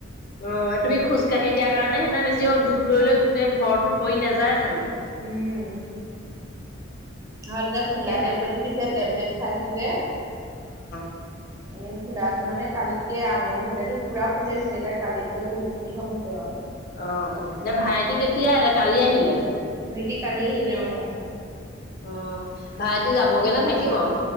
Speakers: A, on the left (about 50°); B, on the right (about 15°).
A: অ তুমি খোজ কাঢ়ি দিয়া কাৰণে সেদিনা বেছি হ'ল ডূপ লৈ লৈ গোটেই ভৰটো পৰি নাযায় জানো।
B: উম। অ
A: তাকেহে
B: ফুলা টেবলেটো
A: পাই।
B: দিছে টেবলেট খাইছো যে।
A: <unintelligible>
B: এনেই ফুলাটো মানে কালিতকে আঙুলি ফালেতো পুৰা ফুলি আছিলে এতিয়া কালিতকৈ বহুতখিনি কমিছে বাও।
A: অৱ অৱ এতিয়া ভাইটি কেতিয়া আহিলে কালি আহিলে।
B: ভাইতি কালি আহিলে অৱ।
A: অৱ ভাইটি যাবগে নে থাকিব।